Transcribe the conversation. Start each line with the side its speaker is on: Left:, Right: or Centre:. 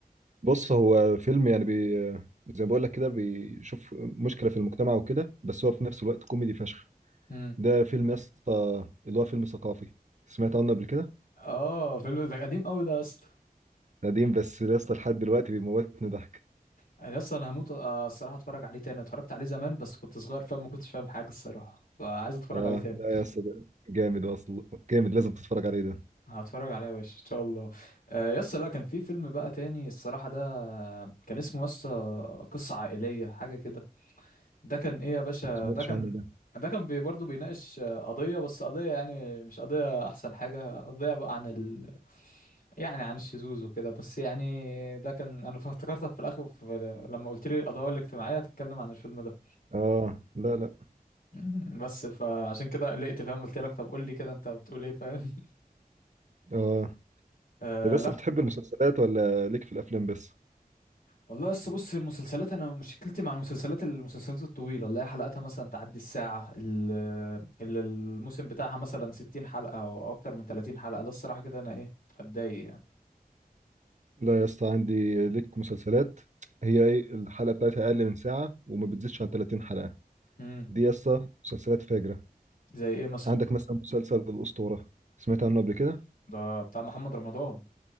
Right: بص هو فيلم يعني بي... زي ما بقول لك كده بيشوف مشكله في المجتمع وكده بس هو في نفس الوقت كوميدي فشخ
Left: امم
Right: ده فيلم يسا اللي هو فيلم ثقافي سمعت عنه قبل كده
Left: أه فيلم ده قديم أوي ده يا اسطى
Right: قديم بس يا اسطى لحد دلوقتي بيموتني ضحك
Left: يعني أصلا أنا هموت آه، الصراحة أتفرج عليه تاني اتفرجت عليه زمان بس كنت صغير فما كنتش فاهم حاجة الصراحة فعايز أتفرج
Right: اه
Left: عليه تاني
Right: لا يا اسطى ده جامد اصلا جامد لازم تتفرج عليه ده
Left: هتفرج عليها يا باشا ان شاء الله آه، يا اسطى لا كان في فيلم بقى تاني الصراحه ده كان اسمه يا اسطى قصه عائليه حاجه كده ده كان ايه يا باشا
Right: ما سمعتش
Left: ده كان
Right: عنه ده
Left: ده كان بي برضه بيناقش آه، قضيه بس قضيه يعني مش قضيه احسن حاجه قضيه بقى عن ال يعني عن الشذوذ وكده بس يعني ده كان انا افتكرتك في الاخر في... لما قلت لي القضايا الاجتماعيه هتتكلم عن الفيلم ده
Right: اه لا لا
Left: <laughs> بس فعشان كده قلقت فاهم قلت لك طب قول لي كده انت بتقول ايه فاهم <laughs>
Right: اه
Left: آه،
Right: طب بس
Left: لا
Right: بتحب المسلسلات ولا ليك في الافلام بس
Left: والله لسه بص المسلسلات انا مشكلتي مع المسلسلات المسلسلات الطويله اللي هي حلقاتها مثلا تعدي الساعه ال- اللي الموسم بتاعها مثلا 60 حلقه او أو اكتر من 30 حلقه ده الصراحه كده انا ايه اتضايق يعني
Right: لا يا اسطى عندي ليك مسلسلات هي ايه الحلقه بتاعتها اقل من ساعه وما بتزيدش عن 30 حلقه
Left: امم
Right: دي يا اسطى مسلسلات فاجره
Left: زي ايه مثلا
Right: عندك مثلا مسلسل الاسطوره سمعت عنه قبل كده
Left: ده بتاع محمد رمضان